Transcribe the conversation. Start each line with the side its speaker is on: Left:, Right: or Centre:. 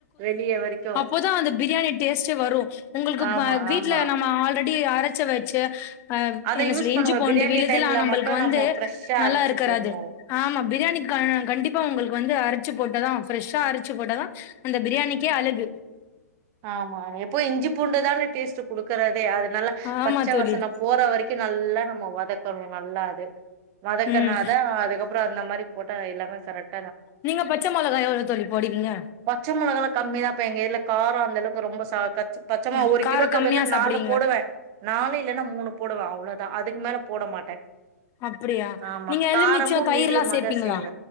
Right: வெளிய வரைக்கு
Left: அப்பதா அந்த பிரியாணி டேஸ்ட்டே வரு உங்களுக்கு
Right: ஆமா
Left: வீட்ல
Right: ஆமா
Left: நம்ம ஆல்ரெடி அரைச்ச வச்ச அஹ்
Right: அத
Left: என்ன
Right: யூஸ்
Left: சொல்ல
Right: பண்ணுவோ
Left: இஞ்சி பூண்டு
Right: பிரியாணி
Left: விழுதுல
Right: டைம்ல
Left: நம்பளுக்கு
Right: மட்டு
Left: வந்து
Right: நம்ம ஃப்ரெஷ்ஷா
Left: நல்லா
Right: அரைச்சு
Left: இருக்கறாது
Right: போடணு
Left: ஆமா பிரியாணி கண்டிப்பா உங்களுக்கு வந்து அரை அரைச்சு போட்டதா ஃப்ரெஷ்ஷா அரைச்சு போட்டதா அந்த பிரியாணிக்கே அழகு
Right: ஆமா எப்போ இஞ்சி பூண்டுதான டேஸ்ட் குடுக்குறதே அதுனால
Left: ஆமா
Right: பச்சை
Left: தோழி
Right: வாசன போற வரைக்கு நல்லா நம்ம வதக்கணு நல்லா அது வதக்கனாதா
Left: ம்
Right: அதுக்கப் றோ அந்த மாரி போட்டா எல்லாமே கரெட்
Left: நீங்க பச்ச மொளகா எவ்ளோ தோழி போடுவீங்க
Right: பச்சமொளகல்லா கம்மி தா பா எங்க இதுல காரோ அந்தளவுக்கு ரொம்ப ச க பச்சமா
Left: ம்
Right: ஒரு
Left: காரோ
Right: கிலோக்கு
Left: கம்மியா
Right: வந்து
Left: சாப்பிடுவீங்க
Right: நாலு போடுவ நாலு இல்லன்னா மூணு போடுவ அவ்ளோதா அதுக்கு மேல போட மாட்ட
Left: அப்டியா
Right: ஆமா
Left: நீங்க
Right: காரமும்
Left: எலுமிச்ச தயிர்லா
Right: மீடியமாதா
Left: சேப்பீங்களா
Right: செய்வ